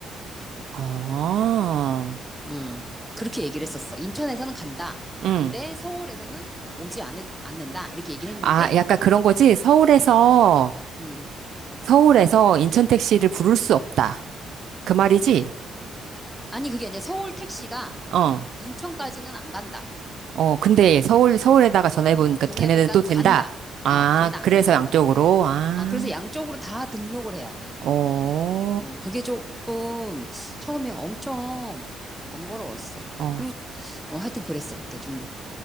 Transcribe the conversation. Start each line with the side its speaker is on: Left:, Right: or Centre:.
Right: 아,
Centre: 음. 그렇게 얘기를 했었어. 인천에서는 간다.
Right: 응.
Centre: 근데 서울에서는 오지 않을, 않는다. 이렇게 얘기를 했는데,
Right: 아, 약간 그런 거지? 서울에서
Centre: 음.
Right: 서울에서 인천 택시를 부를 수 없다. 그 말이지?
Centre: 아니, 그게 아니라 서울 택시가
Right: 어,
Centre: 인천까지는 안 간다.
Right: 어, 근데 서울, 서울에다가 전화해보니까
Centre: 전화해보니까
Right: 걔네는 또 된다.
Centre: 간다.
Right: 아,
Centre: 어, 간다.
Right: 그래서
Centre: 그랬던
Right: 양쪽으로,
Centre: 거야.
Right: 아,
Centre: 어, 그래서 양쪽으로 다 등록을 해야 돼.
Right: 어,
Centre: 어, 그게 조금 처음에 엄청 번거로웠어.
Right: 어,
Centre: 그리고 어, 하여튼 그랬어. 그때 좀,